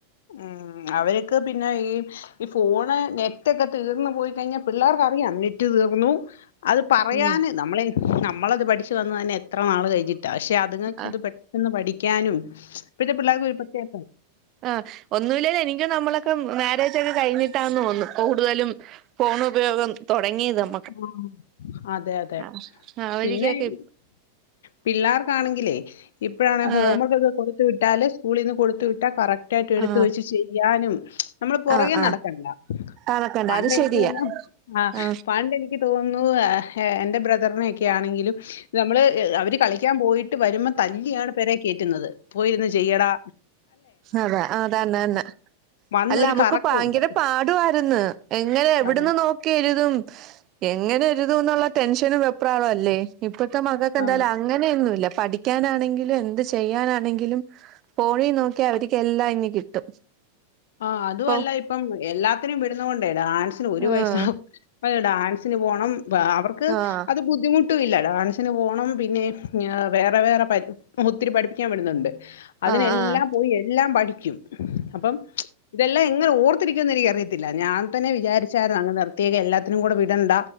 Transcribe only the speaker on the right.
ഉം
ആ
ആഹ് ഒന്നു ലേലു എനിക്കും നമ്മളൊക്കെ മാരേജഒക്കെ കഴിഞ്ഞിട്ടാന്ന് തോന്നും കൂടുതലും ഫോണ് ഉപയോഗം തൊടങ്ങിയതും
ആ അവരിക്കൊക്കെ
ആ
ആ
ആ ആ ആ
അതൊക്കെണ്ട്
അത് ശരിയാ
ആ
ഹതെ അതന്നന്നെ
അല്ല നമ്മുക്ക്
ഭയങ്കര പാടുവായിരുന്നു എങ്ങനെ എവിടന്ന്
നോക്കി എഴുതും എങ്ങനെ എഴുതും എന്നുള്ള ടെൻഷനും വേപ്രാളം അല്ലേ ഇപ്പഴത്തെ മകക്ക്ന്തായാലും
അ അങ്ങനെയൊന്നുംല്ല പഠിക്കാനാണെങ്കിലും എന്ത് ചെയ്യാനാണെങ്കിലും ഫോണി നോക്കി ക്യാ അവർക്ക് എല്ലാം ഇങ്ങ് കിട്ടും
ഇപ്പൊ
ആഹ്
ആഹ്
ആഹ് ആഹ്